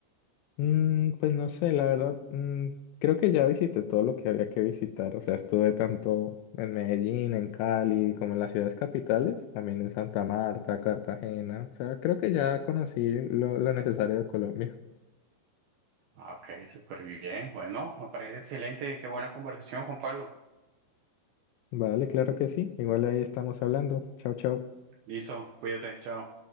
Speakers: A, on the left; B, on the right.
A: Mm, pues no sé, la verdad, mm, creo que ya visité todo lo que había que visitar, o sea, estuve tanto en Medellín, en Cali, como en las ciudades capitales, también en Santa Marta, Cartagena, o sea, creo que ya conocí lo, lo necesario de Colombia.
B: Ah, Ok, súper bien. Bueno, me parece excelente. Qué buena conversación, Juan Pablo.
A: Vale, claro que sí, igual ahí estamos hablando. Chao, chao.
B: Listo, cuídate, chao.